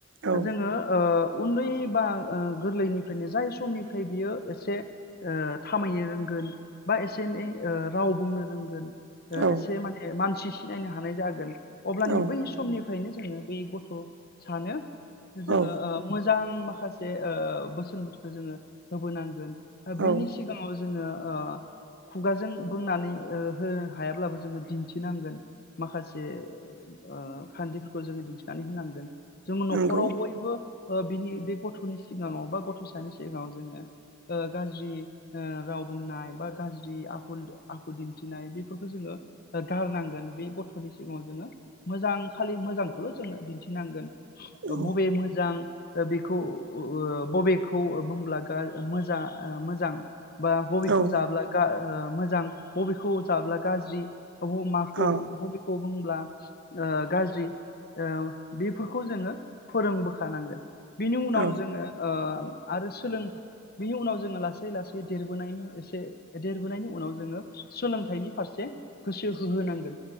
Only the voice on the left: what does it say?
जोङो ओ उन्दै बा ओ गोरलैनिफ्रायनो जाय समनिफ्राय बियो एसे ओ थामायनो रोंगोन बा एसे एनै ओ राव बुंनो रोंगोन ओ
एसे माने मानसिस सिनायनो हानाय जागोन अब्लानि
बै स फायनो जोङो बै गथ' सानो जोङो
ओ मोज जां माखासे ओ बोसोनफोरखौ जोङो होबोनांगोन आ बिनि
सिगाङाव जोङो ओ खुगाजों बुंनानै ओ हो हायाब्लाबो जोङो दिन्थिनांगोन माखासे ओ खान्थिफोरखौ जोङो दिन्थिनानै होनांगोन जोङो न'खराव
बयबो ओ बिनि बे गथ'नि सिगाङाव बा गथ'सानि सिगाङाव जोङो ओ गाज्रि ओ राव बुंनाय बा गाज्रि आखल द आखु दिन्थिनाय बिफोरखौ जोङो गारनांगोन बि गथ'नि सिगाङाव जोङो मोजां खालि मोजांखौल' जोङो दिन्थिनांगोन
ओ बबे मोजां ओ बिखौ उ ओ बबेखौ ओ बुंब्ला गा ओ मोजा आ मोजां बा बबेखौ
जाब्ला गा ओ ओ मोजां बबेखौ जाब्ला गाज्रि अब माखौ
बबेखौ बुंब्ला ओ गाज ज्रि ओ बेफोरखौ जोङो फोरोंबोखानांगोन बिनि उनाव
जोङो ओ आरो सोलों बिनि उनाव जोङो लासै लासै देरबोनायनि एसे देरबोनायनि उनाव जोङो सोलोंथाइनि फारसे गोसो होहोनांगोन